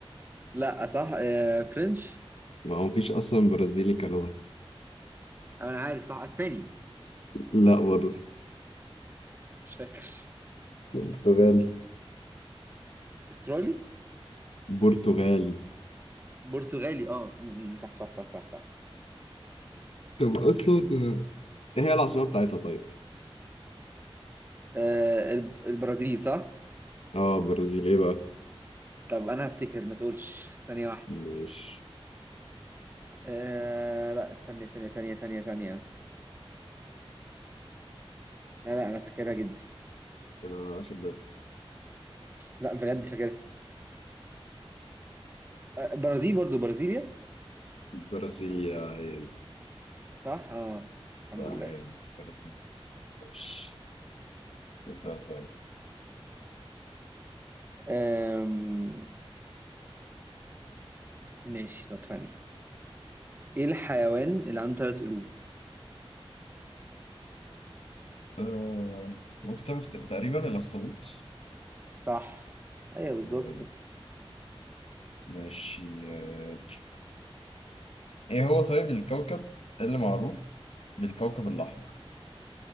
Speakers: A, on the right; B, on the left.
A: لا صح آه فرنش
B: ما هو مفيش اصلا برازيلي كلغة
A: أنا عارف صح أسباني
B: لا برضه
A: مش فاكر
B: برتغالي
A: استرالي
B: برتغالي
A: برتغالي اه م- م- صح صح صح صح صح
B: طب اصلا آه، ايه هي العاصمة بتاعتها طيب
A: آه الب- البرازيل صح
B: اه برازيل ايه بقى
A: طب انا هفتكر ما تقولش ثانية واحدة
B: مش
A: آه لا استني ثانية ثانية ثانية ثانية لا لا انا فاكرها جدا
B: انا واخد بالي
A: لا بجد فاكرها آه برازيل برضو برازيليا
B: البرازيلية هي دي
A: صح اه
B: صح
A: الحمد لله
B: هي دي برازيل ماشي اسأل طيب
A: آم... ماشي طب ثانية ايه الحيوان اللي عنده ثلاث قلوب
B: آه ممكن تعمل فت- تقريبا الأخطبوط
A: صح ايوه بالظبط
B: هو ده.
A: كده
B: ماشي آه، ايه هو طيب الكوكب اللي معروف بالكوكب الأحمر